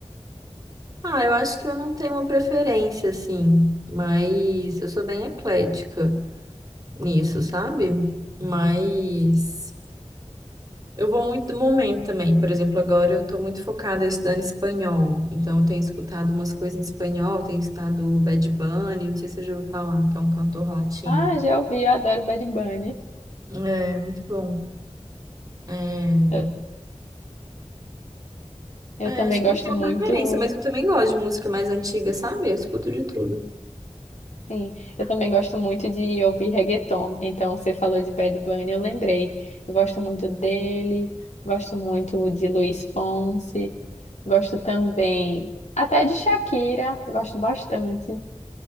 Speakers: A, on the right; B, on the left.
A: Ah, eu acho que eu não tenho uma preferência, assim, mas eu sou bem eclética nisso, sabe? Mas eu vou muito do momento também. Por exemplo, agora eu tô muito focada estudando espanhol. Então, eu tenho escutado umas coisas em espanhol, tenho escutado o Bad Bunny, não sei se você já ouviu falar, que é um cantor latino.
B: Ah, já ouvi, eu adoro Bad Bunny.
A: É, muito bom. É,
B: Eu, eu
A: é,
B: também
A: acho que
B: gosto
A: não tenho
B: muito.
A: preferência, mas eu também gosto de música mais antiga, sabe? Eu escuto de tudo.
B: Sim, eu também gosto muito de ouvir reggaeton. Então, você falou de Bad Bunny, eu lembrei. Eu gosto muito dele, gosto muito de Luiz Fonsi, gosto também até de Shakira, gosto bastante.